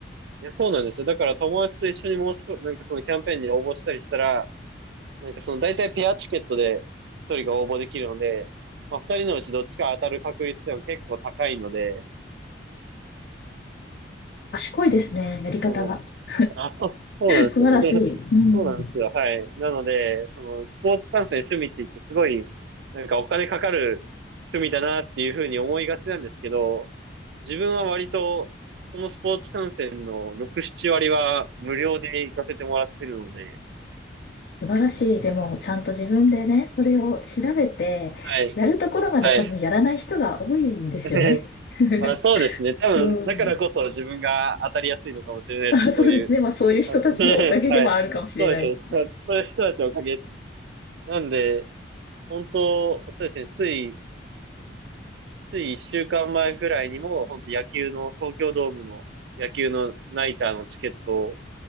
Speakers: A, on the right; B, on the left.
A: いや、そうなんですよ。だから友達と一緒に申し込、なんかそのキャンペーンに応募したりしたら、なんかその大体ペアチケットで一人が応募できるので、まあ二人のうちどっちか当たる確率でも結構高いので、
B: 賢いですね、やり方が。
A: そ
B: <laughs>
A: の、あ、そう、そうなんですよね。
B: 素晴らしい。うん。
A: そうなんですよ。はい。なので、その、スポーツ観戦趣味って言ってすごい、なんかお金かかる趣味だなっていうふうに思いがちなんですけど、自分は割と、そのスポーツ観戦の6、7割は無料で行かせてもらってるので、
B: 素晴らしい。でも、ちゃんと自分でね、それを調べて、
A: はい。
B: やるところまで多分やらない人が多いんですよね。
A: はい。<laughs>
B: <laughs>
A: まあそうですね。多分、
B: うん。
A: だからこそ自分が当たりやすいのかもしれないですね。
B: あ、そうですね。
A: そういう
B: まあ、そういう人たちのおかげではあるかもしれないです。
A: 感じ。<laughs> はい。そうですね。そうそういう人たちのおかげですね。なんで、本当、そうですね。ついつい一週間前ぐらいにも、本当野球の、東京ドームの野球のナイターのチケットを